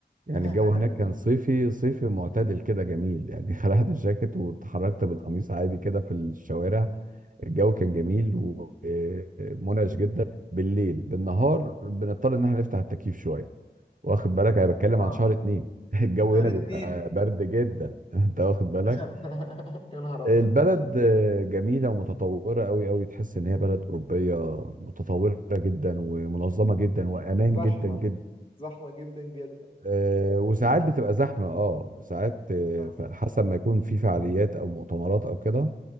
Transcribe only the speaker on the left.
<laughs>
اه
شهر
اتنين
<laughs> يا نهار ابيض
زحمة
زحمة جدا جدا
اه